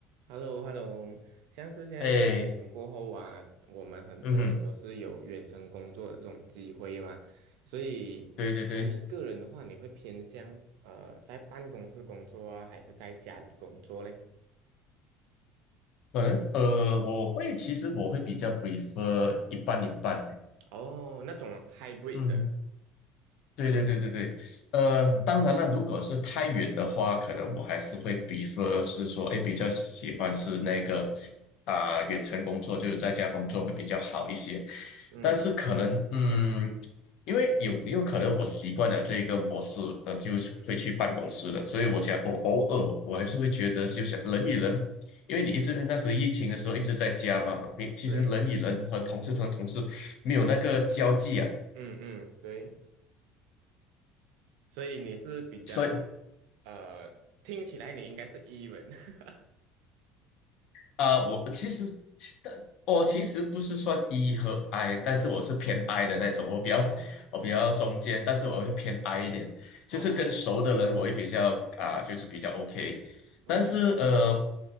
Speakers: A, on the right; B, on the left.
A: h e l l o h e l l o 像是现在疫情过后啊，
B: 哎，
A: 我们很多人都是有远程工作的这种机会嘛，
B: 嗯哼，
A: 所以你个人的话，
B: 对对对，
A: 你会偏向呃在办公室工作啊，还是在家里工作嘞？
B: 可能呃，我会其实我会比较 prefer 一半一半，的，
A: 哦，那种 hybrid
B: 嗯哼。
A: 的，
B: 对对对对对，呃，当然了，如果是太远的话，可能我还是会比 r 是说，哎，比较喜欢是那个啊、远程工作，就是在家工作会比较好一些。
A: 嗯
B: 但是可能，嗯，因为有也有可能我习惯了这一个模式，呃，就是会去办公室了。
A: 嗯
B: 所以我想偶偶尔我还是会觉得，就想人与人，因为你一直那时候疫情的时候一直在家嘛，
A: 嗯，
B: 你其实人与人和同事同同事没有那个交际啊，
A: 对，嗯嗯对，所以你是比较呃，
B: 所以。
A: 听起来你应该是 E 人，<laughs>
B: 呃，我其实其但我其实不是算 E 和 I，但是我是偏 I 的那种，我比较
A: 哦
B: 我比较中间，但是我会偏 I 一点，
A: 哦，
B: 就是跟熟的人我会比较啊、就是比较 OK，
A: 嗯
B: 但是呃，